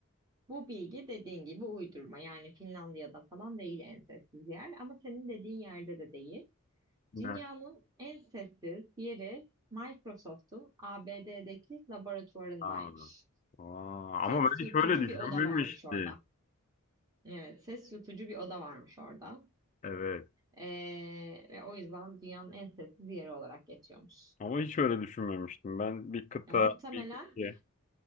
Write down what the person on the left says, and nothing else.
Ne?
Aa, aa,
ama ben
hiç öyle düşünmemiştim.
Evet.
Ama hiç öyle düşünmemiştim. Ben bir kıta,
bir ülke.